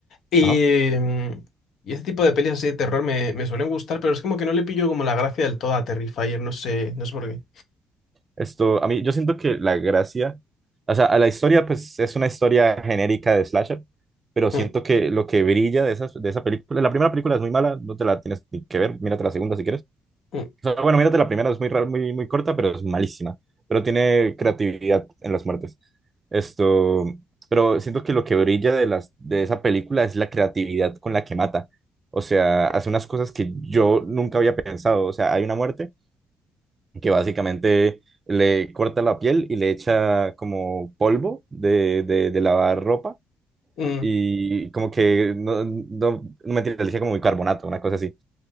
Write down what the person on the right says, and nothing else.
Ajá.
Esto, a mí, yo siento que la gracia, o sea, a la historia, pues es una historia genérica de slasher, pero siento
que lo que brilla de esa, de esa película, la primera película es muy mala, no te la tienes ni que ver, mírate la segunda si quieres.
O sea, bueno, mírate la primera, es muy, ra- muy, muy corta, pero es malísima, pero tiene creatividad en las muertes. Esto, pero siento que lo que brilla de, las, de esa película es la creatividad con la que mata. O sea, hace unas cosas que yo nunca había pensado. O sea, hay una muerte que básicamente le corta la piel y le echa como polvo de, de, de lavar ropa
y como que, no, no, no mentira, le echa como bicarbonato, una cosa así.